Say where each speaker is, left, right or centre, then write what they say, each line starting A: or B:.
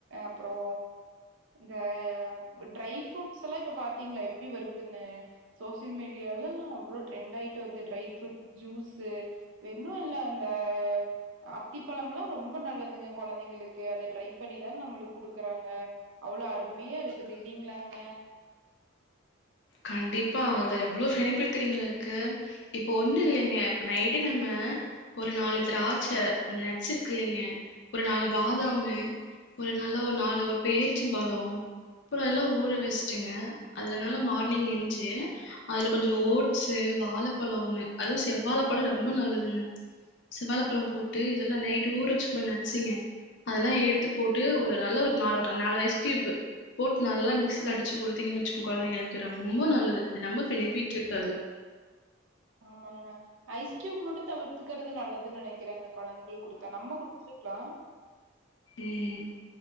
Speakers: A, on the right; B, on the left.
A: அப்புறோ இந்த ட்ரை ஃப்ரூட்ஸ் எல்லா இப்ப பாத்தீங்களா எப்டி வருதுன்னு சோசியல் மீடியலால அவ்ளோ ட்ரெண்ட் ஆயிட்டு வருது டரைஃப்ரூட் ஜூஸ்சு வென்னு இல்ல அந்த அத்திப்பழம் எல்லா ரொம்ப நல்லதுங்க கொழந்திங்களுக்கு அத ட்ரை பண்ணிதான் நம்ளுக்கு குடுக்குறாங்க அவுளோ அருமையா இருக்குது இல்லிங்கலாங்க
B: கண்டிப்பா அதுல எவ்ளோ ஃபெனிப்பில் தெரியுங்குள இருக்கு இப்ப ஒண்ணு இல்லைங்க இப்ப நைட்டே நம்ம ஒரு நாலு திராட்ச நட்ச்சு இருக்குலிங்க ஒரு நாலு பாதாமு ஒரு நல்லா ஒரு நாலு ஒரு பேர்ச்சம்பழோ அப்புறோல்லா ஊற வெஸ்ட்டுங்க அதுலனால மா நீங்க என்சு அதுல கொஞ்ச ஓட்ஸ்சு வாழப்பழோ ஒண்ணு அது செவ்வாழப்பழோ ரொம்ப நல்லதுங்க செவ்வாழப்பழோ போட்டு இதெல்லா நைட்டு ஊறச்சுமல்ல நட்சிங்கு அதெல்லா எடுத்து போட்டு ஒரு நல்ல ஒரு நாலர நால் ஐஸ்கியூபு போட்டு நல்லா மிக்சில அடிச்சு குடுத்தீங்கு வெச்சுங் கொழந்திங்களுக் கிற ரொம்ப நல்லது நம்ப ஃபெனுப்பிட்டு இருக்கு அதுல
A: ஆமாங்க ஐஸ் கியூப் மட்டு தவிர்த்துக்கிறது நல்லதுன்னு நெனைக்கேறங்க கொழந்திகளுக் குடுத்தா நம்ம குடுச்சுக்குலா
B: உம்